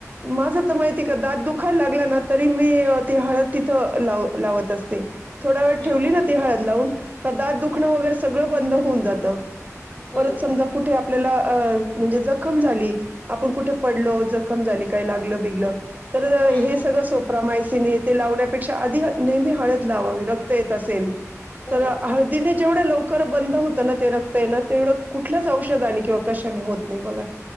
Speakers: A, on the right; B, on the left.
A: मा माहिती आहे का दात दुखाला लागला ना तरी मी ती हळद तिथं लाव लावत असते थोडा वेळ
B: हा
A: ठेवली
B: हा
A: ना
B: हा
A: ती हळद लावून का दात दुखणं वगैरे सगळं बंद होऊन जातं
B: हो
A: परत
B: हो
A: समजा कुठे आपल्याला अ म्हणजे जखम झाली आपण कुठे पडलो जखम झाली काही लागलं बिगल तर
B: हा
A: हे
B: हा
A: सगळं सोप्रा मायसिन ते लावण्यापेक्षा आधी नेहमी हळत रत असे
B: हो
A: ह
B: हो
A: जेव ल ल बंद होत ना ते रक्त ये ना तेवढं कुठल्याच औषधा आणि किंवा कशाने होत नाही बघा